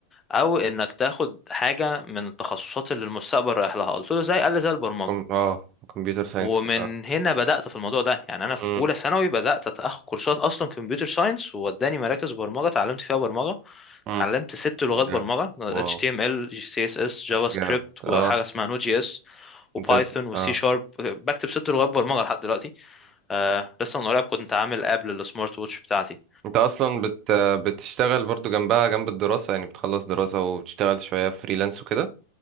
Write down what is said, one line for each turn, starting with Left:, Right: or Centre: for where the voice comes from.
Left: او انك تاخد حاجه من التخصصات اللي المستقبل رايح لها قلت له زي قال لي زي البرمجه
Right: كم- اه كمبيوتر ساينس
Left: ومن
Right: كده
Left: هنا بدأت في الموضوع ده يعني انا في
Right: أمم،
Left: اولى ثانوي بدأت اخد كورسات اصلا كمبيوتر ساينس ووداني مراكز برمجة اتعلمت فيها برمجة
Right: أمم.
Left: اتعلمت ست لغات
Right: جامد
Left: برمجة HTML
Right: واو
Left: CSS جافا سكريبت
Right: جامد اه
Left: وحاجة اسمها نود جي اس وبايثون
Right: ده
Left: وسي
Right: اه
Left: شارب بكتب ست لغات برمجة لحد دلوقتي آه لسه من قريب كنت عامل اب للسمارت ووتش بتاعتي
Right: انت اصلا بت بتشتغل برضو جنبها جنب الدراسة يعني بتخلص دراسة وبتشتغل شوية فريلانس وكده